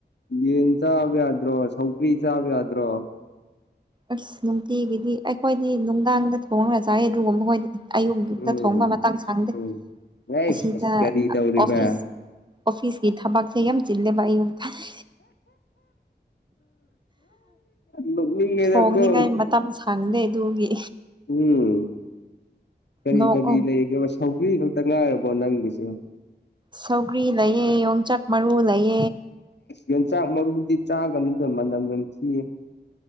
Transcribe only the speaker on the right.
ꯑꯁ ꯅꯨꯡꯇꯤꯒꯤꯗꯤ ꯑꯩꯈꯣꯏꯗꯤ ꯅꯨꯡꯗꯥꯡꯗ ꯊꯣꯡꯉꯒ ꯆꯥꯏꯌꯦ ꯑꯗꯨꯒꯨꯝꯕꯗꯨꯗꯤ ꯑꯌꯨꯛꯛꯇ
ꯊꯣꯡꯕ ꯃꯇꯝ ꯁꯡꯗꯦ
ꯑꯁꯤꯗ
ꯑꯣꯐꯤꯁ ꯑꯣꯐꯤꯁꯀꯤ ꯊꯕꯛꯁꯦ ꯌꯥꯝ ꯆꯤꯜꯂꯦꯕ ꯑꯌꯨꯛꯁꯤꯗꯤ
ꯊꯣꯡꯅꯤꯡꯉꯥꯏ ꯃꯇꯝ ꯁꯪꯗꯦ ꯑꯗꯨꯒꯤꯅꯦ
ꯅꯣꯛꯑꯣ
ꯁꯧꯒ꯭ꯔꯤ ꯂꯩ, ꯌꯣꯡꯆꯥꯛ ꯃꯔꯨꯁꯨ ꯂꯩ꯫